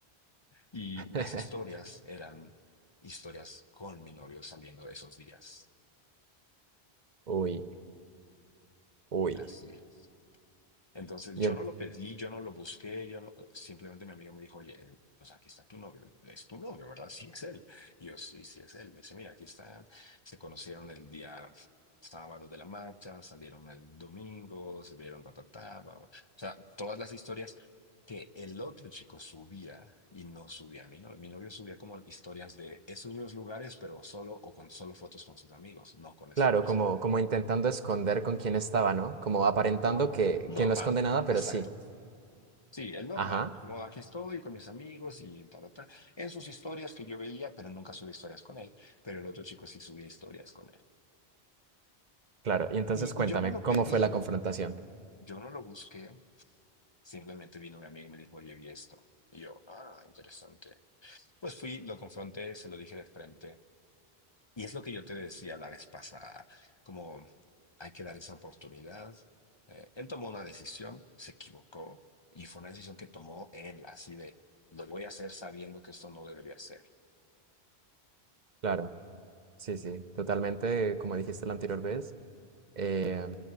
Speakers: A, on the left; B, on the right.
A: Y
B: <laughs>
A: las historias eran historias con mi novio saliendo de esos días.
B: Uy, uy.
A: Así es. Entonces
B: Y
A: yo
B: en-
A: no lo pedí, yo no lo busqué, yo no- simplemente mi amigo me dijo, oye, eh, pues aquí está tu novio, es tu novio, ¿verdad? Sí, es él. Y yo, sí, sí, es él. Me dice, mira, aquí está, se conocieron el día sábado de la marcha, salieron el domingo, se vieron, ta, ta, ta, bla, bla". O sea, todas las historias que el otro chico subía y no subía a mi novio. Mi novio subía como historias de esos mismos lugares, pero solo o con solo fotos con sus amigos, no con esta
B: claro,
A: persona.
B: como, como intentando esconder con quién estaba, ¿no? Como aparentando
A: No,
B: que, que
A: normal,
B: no esconde nada, pero
A: exacto.
B: sí.
A: Sí, el normal,
B: Ajá,
A: como aquí estoy con mis amigos y tal, tal, en sus historias que yo veía, pero nunca subí historias con él, pero el otro chico sí subía historias con él.
B: claro. Y entonces
A: Y,
B: cuéntame,
A: y yo no lo
B: ¿cómo
A: pedí,
B: fue la confrontación?
A: yo no lo busqué, simplemente vino mi amigo y me dijo, oye, vi esto. Y yo, ah, interesante. Pues fui, lo confronté, se lo dije de frente, Y es lo que yo te decía la vez pasada, como hay que dar esa oportunidad. Eh, él tomó una decisión, se equivocó, y fue una decisión que tomó él, así de, lo voy a hacer sabiendo que esto no debería ser.
B: Claro, sí, sí, totalmente, como dijiste la anterior vez, eh,